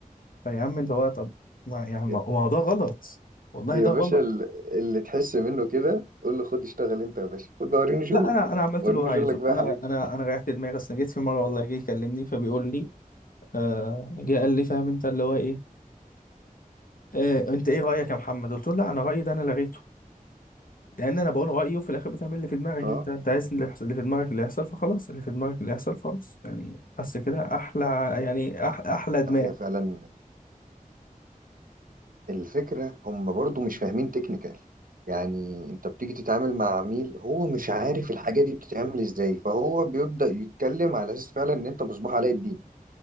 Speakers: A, on the left; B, on the right.
A: فيا عم اللي هو طب ما يعني ما
B: يا
A: ما هو ده غلط والله
B: يا
A: ده
B: باشا
A: غلط
B: ال- اللي تحس منه كده قول له خد اشتغل انت يا باشا خد بقى وريني شغلك
A: لا انا انا عملت
B: وريني
A: اللي هو عايزه
B: شغلك بقى
A: انا
B: يا حبيبي
A: انا انا ريحت دماغي اصل جيت في مره والله جه يكلمني فبيقول لي آه جه قال لي فاهم انت اللي هو ايه إيه انت ايه رايك يا محمد قلت له لا انا رايي ده انا لغيته لان انا بقول رايي وفي الاخر بتعمل اللي في دماغك
B: اه
A: انت انت عايز اللي يحصل- اللي في دماغك اللي يحصل فخلاص اللي في دماغك اللي يحصل فخلاص يعني بس كده احلى يعني أح احلى دماغ
B: ده هي فعلا الفكرة هم برضو مش فاهمين تكنيكال يعني انت بتيجي تتعامل مع عميل هو مش عارف الحاجة دي بتتعمل ازاي فهو بيبدأ يتكلم على اساس فعلا ان انت مصباح علاء الدين